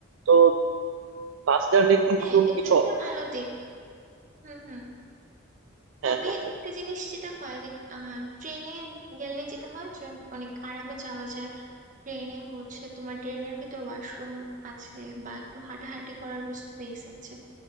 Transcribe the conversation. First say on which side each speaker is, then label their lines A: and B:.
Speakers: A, on the right; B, on the right.
A: তো বাস জার্নি কিন্তু
B: হ্যাঁ এটা
A: কিছু
B: একটা ভালো দিক হুম হুম
A: হ্যাঁ
B: তবে
A: হ্যাঁ হ্যাঁ
B: একটা জিনিস যেটা হয় যে আহ, ট্রেনে গেলে যেটা হয় যে অনেক আরামে যাওয়া যায় ট্রেনে হচ্ছে তোমার ট্রেনের ভিতর ওয়াশরুম আছে বা একটু হাঁটাহাঁটি করার স্পেস আছে